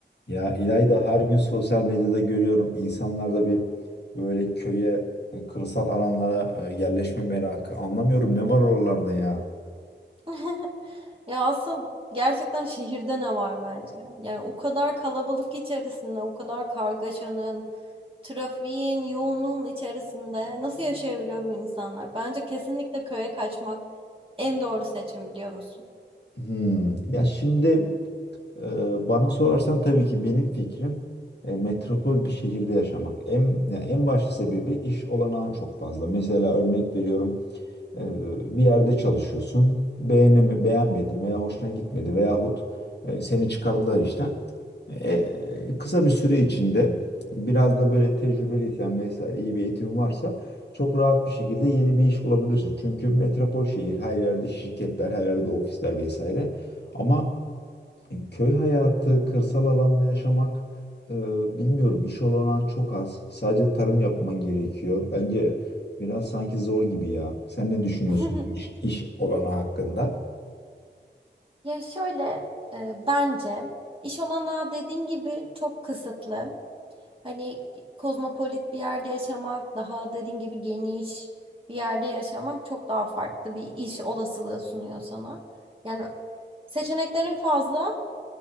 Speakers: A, on the left; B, on the right.
A: Ya İlayda her gün sosyal medyada görüyorum insanlarda bir böyle köye, e, kırsal alanlara e, yerleşme merakı. Anlamıyorum ne var oralarda ya.
B: <laughs> Ya asıl gerçekten şehirde ne var bence? Yani o kadar kalabalık içerisinde, o kadar kargaşanın, trafiğin, yoğunluğun içerisinde nasıl yaşayabiliyor bu insanlar? Bence kesinlikle köye kaçmak en doğru seçim biliyor musun?
A: Hmm. Ya şimdi e, bana sorarsan tabii ki benim fikrim e, metropol bir şehirde yaşamak. En, ya en baş sebebi iş olanağın çok fazla. Mesela örnek veriyorum e, bir yerde çalışıyorsun beğenemi, beğenmedin veya hoşuna gitmedi veyahut e, seni çıkardılar işten. E, kısa bir süre içinde biraz da böyle tecrübeliysen vesaire iyi bir eğitim varsa çok rahat bir şekilde yeni bir iş bulabilirsin. Çünkü metropol şehir, her yerde şirketler, her yerde ofisler vesaire. Ama köy hayatı, kırsal alanda yaşamak e, bilmiyorum iş olanağı çok az. Sadece tarım yapman gerekiyor. Bence biraz sanki zor gibi ya. Sen ne düşünüyorsun
B: <laughs>
A: iş, iş olanağı hakkında?
B: Ya şöyle e, bence iş olanağı dediğin gibi çok kısıtlı. Hani kozmopolit bir yerde yaşamak, daha dediğin gibi geniş bir yerde yaşamak çok daha farklı bir iş olasılığı sunuyor sana. Yani seçeneklerin fazla,